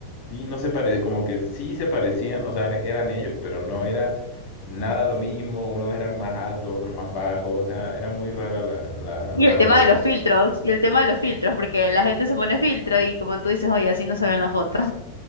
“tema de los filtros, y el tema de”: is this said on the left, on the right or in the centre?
Left